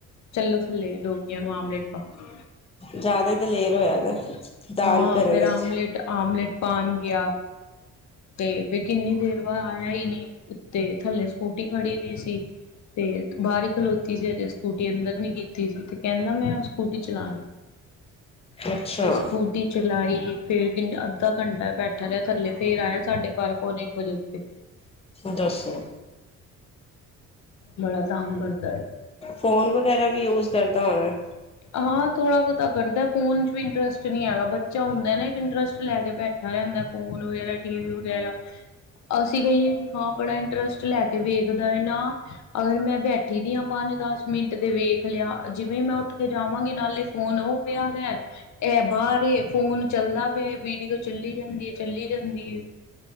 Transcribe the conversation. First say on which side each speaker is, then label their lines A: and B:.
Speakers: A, on the left; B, on the left.
A: ਚੱਲੋ ਥੱਲੇ ਡੋਗੀਆਂ ਨੂੰ ਆਮਲੇਟ ਪਾਓ।
B: ਜਾਦਾ ਹੀ ਦਲੇਰ ਹੋਇਆ ਦੈ ਦਾਨ
A: ਹਾਂ
B: ਕਰਨ
A: ਫੇਰ ਆਮਲੇਟ
B: ਇਚ।
A: ਆਮਲੇਟ ਪਾਨ ਗੇਆ। ਤੇ ਫੇਰ ਕਿੰਨੀ ਦੇਰ ਬਾਦ ਆਇਆ ਹੀ ਨਈ ਉਤੇ ਥੱਲੇ ਸਕੂਟੀ ਖੜੀ ਦੀ ਸੀ। ਤੇ ਬਾਰ ਹੀ ਖਲੋਤੀ ਸੀ ਅਜੇ ਸਕੂਟੀ ਅੰਦਰ ਨਹੀ ਕੀਤੀ ਸੀ ਤੇ ਕਹਿੰਦਾ ਮੈਂ ਸਕੂਟੀ ਚਲਾਨੀ <inaudible>
B: ਅੱਛਾ
A: ਫੇਰ ਸਕੂਟੀ ਚਲਾਈ ਫੇਰ ਕਿਨਾਂ ਅੱਧਾ ਘੰਟਾ ਬੈਠਾ ਰਿਹਾ ਥਲੇ ਫੇਰ ਆਇਆ ਸਾਡੇ ਬਾਰਾਂ ਪੌਨੇ ਇੱਕ ਵਜੇ ਉੱਤੇ।
B: ਦੱਸੋ।
A: ਬੜਾ ਤਂਗ ਕਰਦਾ ਏ।
B: ਫੋਨ ਵਗੈਰਾ ਵੀ ਯੂਜ਼ ਕਰਦਾ ਹੋਣੈ?
A: ਹਾਂ, ਥੋੜਾ ਬੋਤਾ ਕਰਦੈ ਫੋਨ ਚ ਵੀ ਇੰਟਰਸਟ ਨੀ ਹੈਗਾ ਬੱਚਾ ਹੁੰਦਾ ਨਾ ਇੱਕ ਇੰਟਰਸਟ ਲੈ ਕੇ ਬੈਠਾ ਰਹਿੰਦਾ ਫੋਨ ਵਗੈਰਾ, ਟੀ ਵੀ ਵਗੈਰਾ ਅਸੀਂ ਕਹੀਏ ਕਿ ਹਾਂ ਬੜਾ ਇੰਟਰਸਟ ਲੈ ਕੇ ਵੇਖਦਾ ਏ ਨਾ। ਅਗਰ ਮੈਂ ਬੈਠੀ ਦੀ ਆਂ ਪੰਜ ਦਸ ਮਿੰਟ ਤੇ ਵੇਖ ਲਿਆ ਜਿਵੇਂ ਮੈਂ ਉਠ ਕੇ ਜਾਵਾਂਗੀ ਨਾਲੇ ਫੋਨ ਉਹ ਪਿਆ ਦੇ। ਇਹ ਬਾਰ ਏ ਫੋਨ ਚੱਲਦਾ ਪਿਆ ਵੀਡੀਓ ਚੱਲੀ ਜਾਂਦੀ ਏ ਚੱਲੀ ਜਾਂਦੀ ਏ।